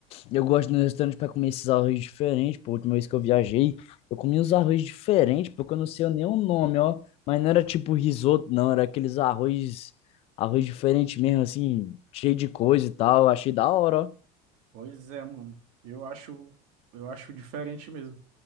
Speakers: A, on the left; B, on the right.
A: eu gosto nos restaurantes pra comer esses arroz diferentes. Pô, a última vez que eu viajei, eu comi uns arroz diferentes, porque eu não sei nem o nome, ó. Mas não era tipo risoto, não. Era aqueles arroz, arroz diferente mesmo, assim, cheio de coisa e tal. Achei da hora, ó.
B: pois é, mano. Eu acho, eu acho diferente mesmo.